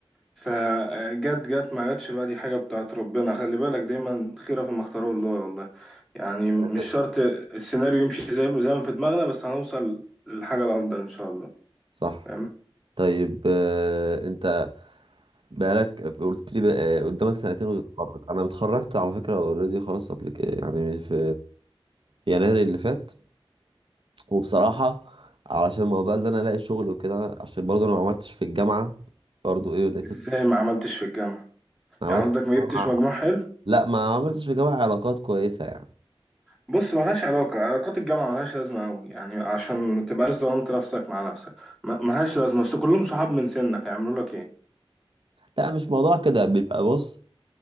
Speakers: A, in the centre; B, on the right.
A: فجت جت ما جتش بقى دي حاجة بتاعت ربنا خلي بالك دايما خيرة فيما اختاره الله والله يعني مش
B: كده
A: شرط السيناريو يمشي زي زي ما في دماغنا بس هنوصل للحاجة الأفضل إن شاء الله
B: صح
A: فاهم
B: طيب آه، انت بقالك قلت لي بقى آه، قدامك سنتين وتتخرج انا اتخرجت على فكره اوريدي خلاص قبل كده يعني في يناير اللي فات وبصراحه علشان الموضوع اللي انا الاقي شغل وكده عشان برضه انا ما عملتش في الجامعه برضه ايه إنك
A: إزاي
B: لسه-
A: ما عملتش في الجامعة
B: ما عملتش
A: يعني قصدك
B: في
A: ما
B: الجامعة-
A: جبتش مجموع حلو
B: لا ما عملتش في الجامعه علاقات كويسه يعني
A: بص ملهاش علاقة علاقات الجامعة ملهاش لازمة أوي يعني عشان ما تبقاش ظلمت نفسك مع نفسك ما- ملهاش لازمة بس كلهم صحاب من سنك هيعملوا لك إيه
B: لا مش موضوع كده بيبقى بص